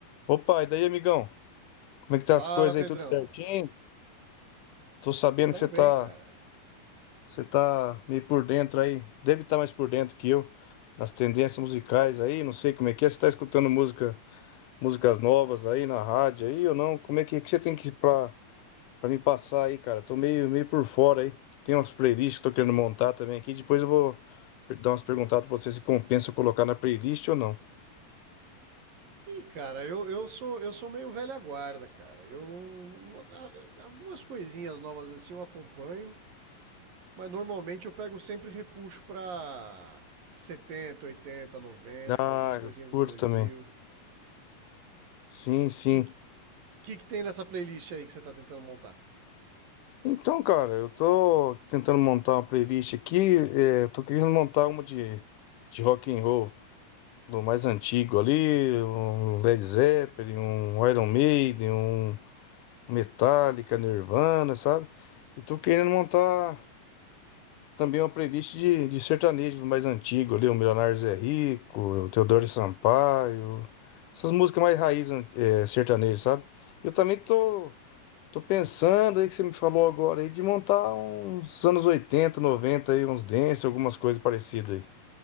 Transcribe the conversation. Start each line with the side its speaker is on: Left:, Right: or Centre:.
Left: Opa, e daí, amigão? Como é que
Right: Fala,
Left: tá as coisas
Right: Pedrão.
Left: aí? Tudo certinho? Tô sabendo
Right: Tamo
Left: que você tá,
Right: bem, cara.
Left: você tá meio por dentro aí. Deve estar mais por dentro que eu nas tendências musicais aí, não sei como é que é. Você tá escutando música, músicas novas aí na rádio aí ou não? Como é que, que você tem que para para me passar aí, cara? Tô meio meio por fora aí. Tem umas playlists que eu tô querendo montar também aqui. Depois eu vou dar umas perguntadas pra você se compensa eu colocar na playlist ou não.
Right: Ih, cara, eu, eu sou eu sou meio velha guarda, cara. Eu não, não- a- algumas coisinhas novas assim eu acompanho, mas normalmente eu pego sempre repuxo pra 70, 80, 90,
Left: Ah,
Right: algumas coisinhas
Left: eu curto
Right: dos 2000.
Left: também. Sim, sim.
Right: Que que que tem nessa playlist aí que você tá tentando montar?
Left: Então, cara, eu tô tentando montar uma playlist aqui, é, tô querendo montar uma de, de rock and roll, do mais antigo ali, um Led Zeppelin, um Iron Maiden, um Metallica, Nirvana, sabe? E tô querendo montar também uma playlist de, de sertanejo do mais antigo ali, o Milionário Zé Rico, o Teodoro Sampaio, essas músicas mais raiz, é, sertanejo, sabe? Eu também tô Tô pensando aí que você me falou agora aí de montar uns anos 80, 90 aí, uns dance, algumas coisas parecidas aí.